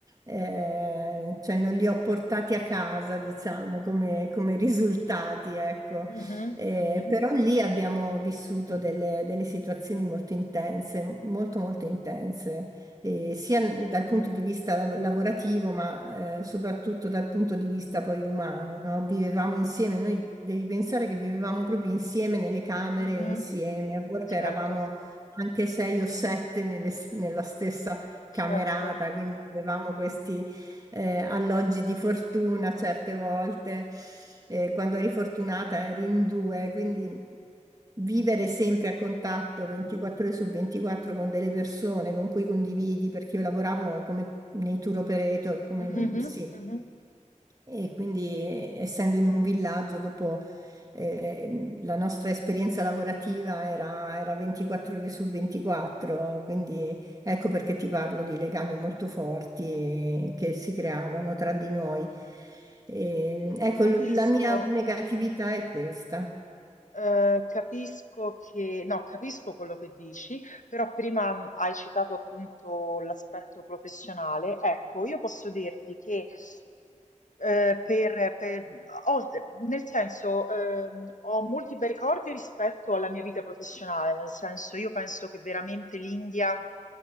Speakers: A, on the right; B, on the left.
A: Eh, cioè non li ho portati a casa, diciamo, come, come risultati, ecco.
B: mhm,
A: Eh,
B: mhm,
A: però lì abbiamo vissuto delle, delle situazioni molto intense, molto molto intense, eh, sia dal punto di vista lav- lavorativo, ma eh, soprattutto dal punto di vista poi umano, no? Vivevamo insieme, noi devi pensare che vivevamo proprio insieme nelle camere,
B: mhm.
A: insieme, a volte
B: Certo,
A: eravamo anche sei o sette nelle- nella stessa camerata,
B: certo.
A: quindi avevamo questi eh, alloggi di fortuna certe volte, eh, quando eri fortunata eri in due, quindi vivere sempre a contatto 24 ore su 24 con delle persone con cui condividi, perché io lavoravo come nei tour operator, come,
B: Mhm,
A: sì,
B: mhm.
A: e quindi, eh, essendo in un villaggio, dopo eh, la nostra esperienza lavorativa era, era 24 ore su 24, quindi ecco perché ti parlo di legami molto forti eh, che si creavano tra di noi. E, ecco,
B: Capisco.
A: l- la mia negatività è questa.
B: Ehm, capisco che no, capisco quello che dici, però prima hai citato appunto l'aspetto professionale. Ecco, io posso dirti che eh, per, per- ho- nel senso, ehm, ho molti bei ricordi rispetto alla mia vita professionale, nel senso, io penso che veramente l'India